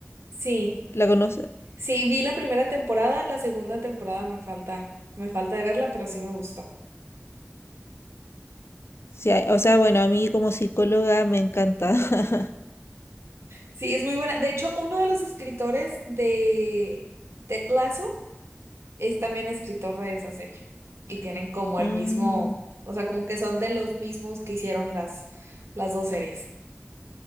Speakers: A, on the right; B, on the left.
A: sí,
B: la conoce.
A: sí, vi la primera temporada, la segunda temporada me falta, me falta de verla, pero sí me gustó.
B: Sí, hay- o sea, bueno, a mí como psicóloga me encanta. <laughs>
A: Sí, es muy buena. De hecho, uno de los escritores de Ted Lasso es también escritor de esa serie. Y tienen como el
B: Mm,
A: mismo, o sea, como que son de los mismos que hicieron las, las dos series.